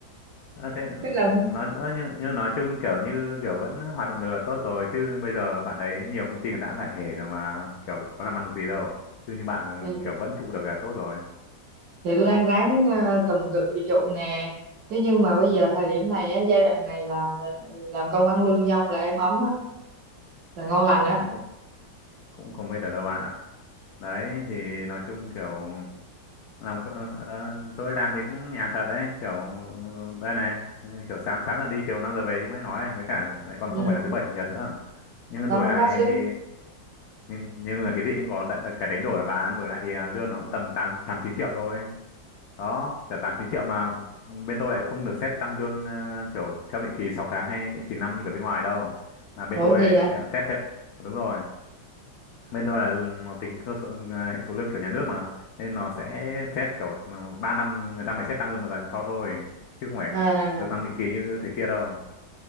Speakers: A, on the left; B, on the right.
A: Ờ, thế
B: tôi làm không
A: nói ờ, như, như nói chung kiểu như kiểu vẫn hoạt động được là tốt rồi chứ bây giờ bạn thấy nhiều công ty còn đã giải thể rồi mà kiểu có làm ăn được gì đâu chứ như bạn
B: thì,
A: kiểu vẫn trụ được là tốt rồi
B: thì tôi ăn ván ờ, cầm cự trụ nè thế nhưng mà bây giờ thời điểm này á, giai đoạn này là làm công ăn lương dong là êm ấm á là ngon lành á
A: thì cũng không cũng không biết được đâu bạn ạ đấy thì nói chung kiểu làm cỡ- ờ, tôi làm thì cũng nhàn thật đấy kiểu đây này kiểu sáng 8 giờ đi chiều 5 giờ về như mới nói ấy. với cả lại còn
B: ừ.
A: không phải là thứ bảy chủ nhật nữa nhưng
B: đó
A: đổi lại
B: quá sướng
A: thì nhưng nhưng mà cái gì cũng có đ- đ- cái đánh đổi mà bạn đổi lại thì à, lương nó cũng tầm tám tám chín triệu thôi đó trả 8 9 triệu mà bên tôi lại không được xét tăng lương ờ, kiểu theo định kỳ 6 tháng hay định kỳ năm như ở bên ngoài đâu mà bên
B: ủa
A: tôi
B: gì
A: lại
B: hả
A: theo xét theo đúng rồi bên tôi là nó tính cơ sở ờ, hệ số lương kiểu nhà nước mà nên nó sẽ xét kiểu ừ, 3 năm người ta mới xét tăng lương một lần cho thôi chứ không phải
B: à
A: được tăng định kỳ như thế kia đâu